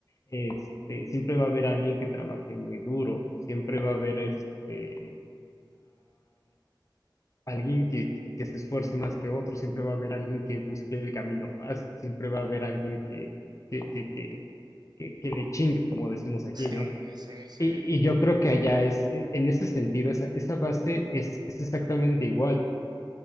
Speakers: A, on the left; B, on the right.
A: Este, siempre va a haber alguien que trabaje muy duro, siempre va a haber este, alguien que, que, que se esfuerce más que otro, siempre va a haber alguien que busque el camino fácil, siempre va a haber alguien que, que, que, que, que, que le chingue, como decimos aquí,
B: sí,
A: ¿no?
B: sí, sí.
A: Y, y yo creo que allá es, e- en ese sentido, esa, esa base es, es exactamente igual.